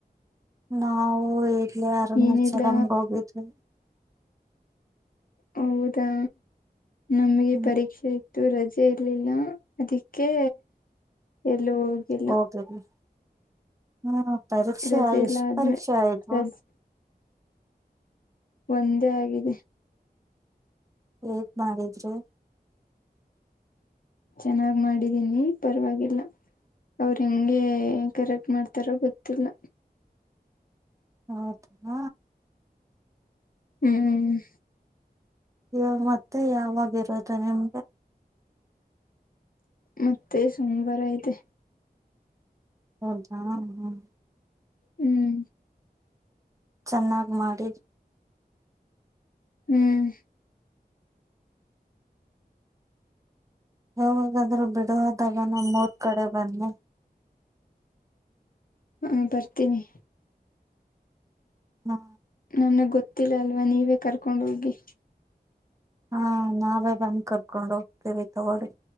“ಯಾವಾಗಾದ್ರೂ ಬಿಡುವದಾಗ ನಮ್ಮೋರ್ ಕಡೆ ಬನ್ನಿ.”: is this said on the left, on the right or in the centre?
Right